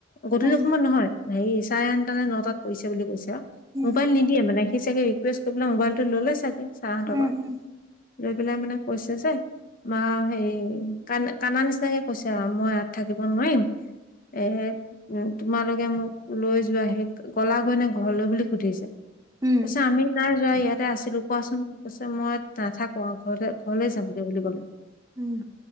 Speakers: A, on the left; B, on the right.
A: গধূলি
B: উম,
A: সময়ত নহয়, হেৰি চাৰে আঠটা নে, নটাত কৰিছে বুলি কৈছে আৰু।
B: উম,
A: মোবাইল নিদিয়ে মানে, সি চাগে ৰিকুৱেষ্ট কৰি পেলাই মোবাইলটো ল'লে চাগে চাৰ হঁতৰ
B: উম,
A: পৰা।
B: উম,
A: লৈ পেলাই মানে কৈছে যে, মা হেৰি কান, কান্দা নিচিনাকে কৈছা আৰু মই ইয়াত থাকিব নোৱাৰিম। এ, উম, তোমালোকে মোক লৈ যোৱাহি, গলাগৈ নে ঘৰলৈ বুলি সুধিছে। তাৰ
B: উম,
A: পিছত আমি নাই যোৱা ইয়াত। আছিলো কোৱাচোন, কৈছে মই নাথাকো আৰু ঘৰ ঘৰলৈ যামগে বুলি ক'লে।
B: উম।